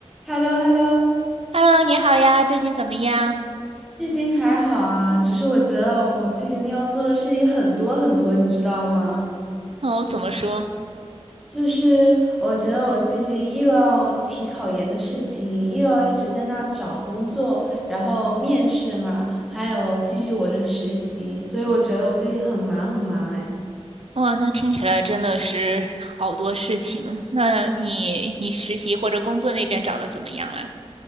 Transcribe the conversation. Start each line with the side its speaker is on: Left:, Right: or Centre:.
Centre: h e l l o h e l l o
Right: Hello，你好呀，最近怎么样？
Centre: 最近还好啊，只是我觉得我最近要做的事情很多很多，你知道吗？
Right: 哦，怎么说？
Centre: 就是我觉得我最近又要提考研的事情，又要一直在那找工作，然后面试嘛，还有继续我的实习，所以我觉得我最近很忙很忙哎。
Right: 哇，那听起来真的是好多事情。那你你实习或者工作那边找的怎么样了？